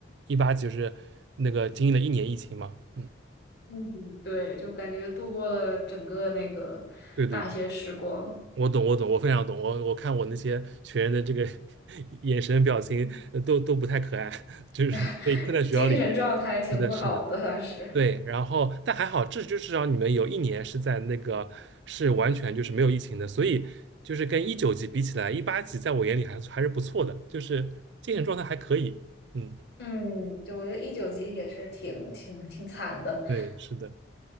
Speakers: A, on the right; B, on the left.
A: 一八级就是那个经历了一年疫情嘛，嗯，
B: 嗯，对，就感觉度过了整个那个大学时光，
A: 对对对，我懂我懂，我非常懂，我我看我那些学员的这个 <laughs> 眼神表情呃都都不太可爱，
B: 嗯
A: <laughs> 就是被困在学校里面，
B: <laughs> 精神状态挺不好的当时。
A: 是的是的。对，然后但还好，至就至少你们有一年是在那个是完全就是没有疫情的，所以就是跟一九级比起来，一八级在我眼里还还是不错的，就是精神状态还可以。嗯，
B: 嗯，就我觉得一九级也是挺挺挺惨的，
A: 对，是的，